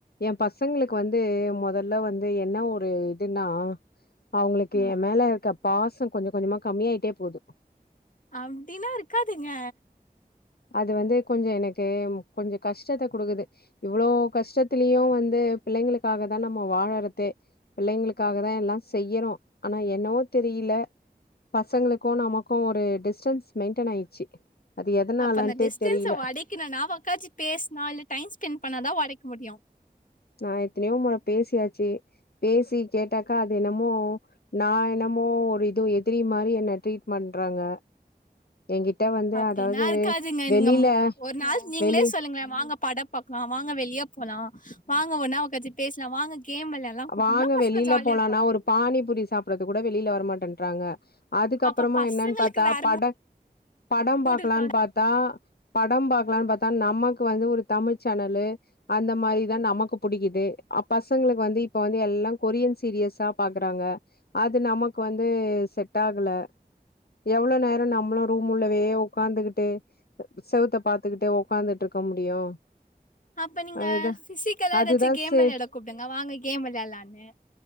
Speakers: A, on the left; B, on the left.
A: எ பசங்களுக்கு வந்து மொதல்ல வந்து என்ன ஒரு இதுன்னா அவங்களுக்கு
B: ம்
A: எ மேலருக்க பாச கொஞ்ச கொஞ்சமா கம்மியாயிட்டே போது
B: அப்டின்னா இருக்காதீங்க
A: அது வந்து கொஞ்ச எனக்கு கொஞ்ச கஷ்டத்த குடுக்குது இவ்ளோ கஷ்டத்திலயு வந்து பிள்ளைங்களுக்காகதா நம்ம வாழறதே பிள்ளைங்களுக்காகதா எல்லா செய்யிறோ ஆனா என்னவோ தெரியில பசங்களுக்கு நமக்கு ஒரு டிஸ்டன்ஸ் மெயின்டெனாயிச்சு அது எதனாலன்ட்டே
B: அப்ப அந்த டிஸ்டன்ஸ
A: தெரியல
B: ஒடைக்கணுனா ஒக்காஞ்சி பேஸ்னு இல்ல டைம் ஸ்பெண்ட் பண்ணாதா ஒடைக் முடியு
A: நா எத்தனையோ மொற பேசியாச்சு பேசி கேட்டாக்கா அது என்னமோ நா என்னமோ ஒரு இது எதிரி மாரி என்ன ட்ரீட் பண்றாங்க என்கிட்ட வந்து
B: அப்டின்னாருக்காதுங்க
A: அதாவது வெளில
B: நீங்க ஒர் ஒரு நாள் நீங்ளே
A: வெளி
B: சொல்லுங்ளே வாங்கப் பட பாக்லா வாங்க வெளிய போலா வாங்க ஒன்னா ஒக்காச்சி பேஸ்லா வாங்க கேம் வெளையாடலா கூப்ட்டீங்கன்னா
A: வாங்க
B: பசங்க
A: வெளில
B: ஜாலியா
A: போலானா
B: இருப்பாங்க
A: ஒரு பானிபுரி சாப்றதுகூட வெளில வரமாட் றாங்க அதுக்கப்பறமா
B: அப்ப பசங்களுக்கு
A: என்னன் பாத்தா
B: வேற
A: பட படம்
B: மூடு
A: பாக்லானு
B: இருக்கா
A: பாத்தா படம் பா பாத்தா நமக்கு வந்து ஒரு தமிழ் சேனல்லு அந்த மாரிதா நமக்கு புடிக்குது அ பசங்களுக்கு வந்து இப்ப வந்து எல்லா கொரியன் சீரியஸா பாக்குறாங்க அது நமக்கு வந்து செட் ஆகல எவ்ளோ நேர நம்மளு ரூம் உள்ளவே உக்காந்துகிட்டு செவுத்த பாத்துக்கிட்டே உக்காந்துட்ருக்க முடியு
B: அப்ப நீங்க
A: அதுதா
B: பிசிக்கலா
A: அதுதா
B: ஏதாச்சும் கேம்
A: சே
B: விளையாட கூப்டுங்க வாங்க கேம் விளையாட லானு